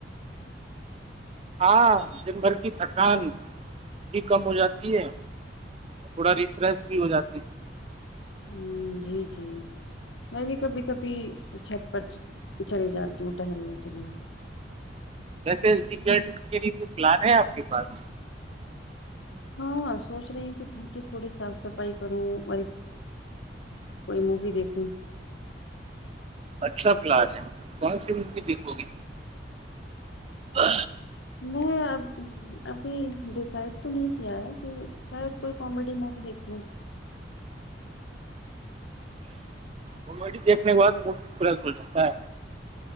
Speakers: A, on the right; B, on the left.
A: ہاں دن بھر کی تھکان بھی کم ہو جاتی ہے تھوڑا ریفریش بھی ہو جاتے ہیں
B: ہ جی جی میں بھی کبھی کبھی چھت پٹ پر چلی جاتی ہوں ٹہلنے کے لیے
A: ویسے ڈ کے لیے کوئی پلان ہے آپ کے پاس
B: ہاں سوچ رہی ہوں کہ گھر کی تھوڑی صاف صفائی کروں اور ایک کوئی مووی دیکھوں
A: اچھا پلان ہے کون سی مووی دیکھوگی ہ
B: میں اب ابھی ڈیسائڈ تو نہیں کیا ہے کہ شاید کوئی کامیڈی موی دیکھنا
A: کامیڈی دیکھنے کے بعد منڈھ فریش ہو جاتا ہے